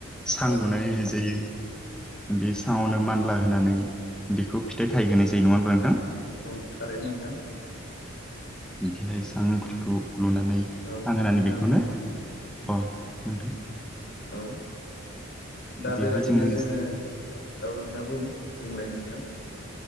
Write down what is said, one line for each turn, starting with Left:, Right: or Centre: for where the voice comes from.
Centre: सां
Left: औ
Centre: लुनानै होनाय जायो बे साङावनो मानला होनानै बेखौ फिथाइ थाइहोनाय जायो नङा होनब्ला नोंथां
Left: औ थारैनो नोंथां
Centre: बिदिहाय सांफोरखौ लुनानै
Left: औ
Centre: आं होनानै
Left: नोंथां
Centre: बेखौनो
Left: औ
Centre: अ नोंथां
Left: औ ओ दा
Centre: बिदिहाय
Left: बेबादिनो
Centre: जोंनि
Left: जोङो औ नोंथां बुं बुंलाय नोंथां